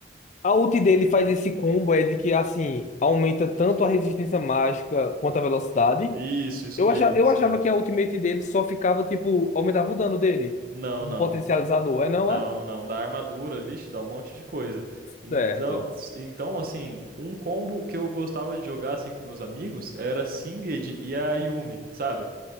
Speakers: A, on the left; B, on the right.
A: a ult dele faz esse combo é de que, assim, aumenta tanto a resistência mágica quanto a velocidade.
B: Isso, isso
A: Eu
B: mesmo,
A: achava, eu
B: isso
A: achava
B: mesmo.
A: que a ultimate dele só ficava, tipo, aumentava o dano dele.
B: Não,
A: Um
B: não.
A: potencializador, é não
B: Não,
A: é?
B: não. Dá armadura, vixe, dá um monte de coisa. Então,
A: Certo.
B: s- então, assim, um combo que eu gostava de jogar assim com meus amigos era Singed e a Yuumi, sabe?